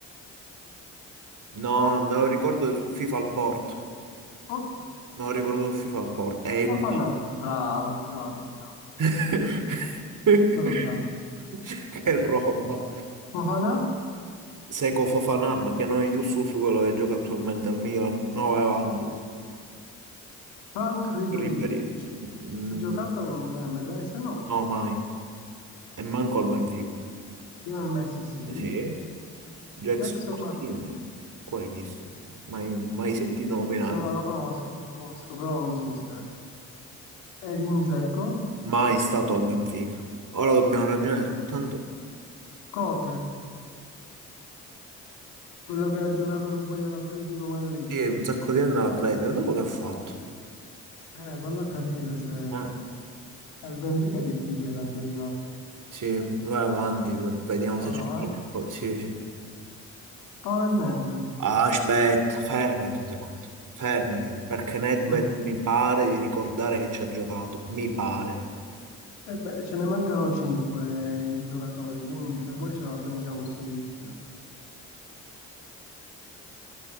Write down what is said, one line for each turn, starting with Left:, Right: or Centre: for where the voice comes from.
Right: No, me lo ricordo su FIFA al Porto.
Left: ok.
Right: Me lo ricordo su FIFA al Porto. È in...
Left: Fofana, bravo, bravo, bravo,
Right: <laughs>
Left: è stato bravo.
Right: Che roba.
Left: Fofana,
Right: Seco Fofana, ma che non è Yusuf quello che gioca attualmente al Milan. No, vai avanti.
Left: Frank Ribéry,
Right: Ribéry.
Left: ci
Right: Mm,
Left: ci ha giocato in MLS? No.
Right: no, mai. E manco al Benfica.
Left: Lionel Messi sì.
Right: Sì. Jackson
Left: Jackson
Right: Martinez.
Left: Martin,
Right: Qua è chi sto? Mai, mai sentito nominare.
Left: no, lo conosco, lo conosco, però non so se è. Ed Dzeko,
Right: Mai stato al Benfica. Ora dobbiamo ragionare soltanto.
Left: Koke, quello che ha giocato, se non sbaglio, all'Atletico Madrid.
Right: Sì, un sacco di anni all'Atletico. Dopo che ha fatto?
Left: Eh, vallo a capire se...
Right: Eh,
Left: eh, Il Benfica è difficile da indovinare.
Right: sì, vai avanti, v- vediamo
Left: Qua
Right: se c'è
Left: davanti.
Right: qualche cosa. Sì, sì.
Left: Pavel Nedved.
Right: Ah, aspetta, fermati un secondo. Fermati, perché Nedved
Left: Mm.
Right: mi pare di ricordare che ci ha giocato. Mi pare.
Left: E beh, ce ne mancano 5 di giocatori, quindi se vuoi ce la prendiamo sto rischio.